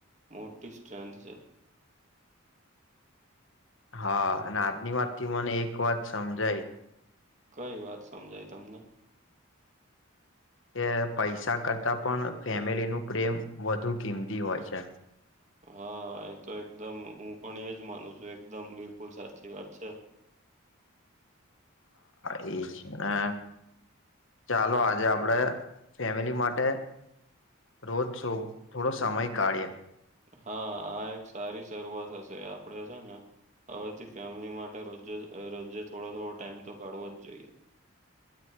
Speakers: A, on the right; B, on the left.
A: મોટી સ્ટ્રેન્થ છે.
B: હા અને આજની વાત થી મને એક વાત સમજાઈ
A: કઈ વાત સમજાય તમને?
B: કે પૈસા કરતા પણ ફેમિલી નું પ્રેમ વધુ કીમતી હોય છે.
A: હા એ તો એકદમ હું પણ એજ માનું છું એકદમ બિલકુલ સાચી વાત છે.
B: એ છે ને ચાલો આજે આપડે ફેમિલી માટે રોજ સો થોડો સમય કાઢએ.
A: હા આ એક સારી શરૂઆત હશે આપડે છે ને હવેથી ફેમિલી માટે રોજજે અ રોજજે થોડો થોડો ટાઈમ તો કાઢવો જ જોઈએ.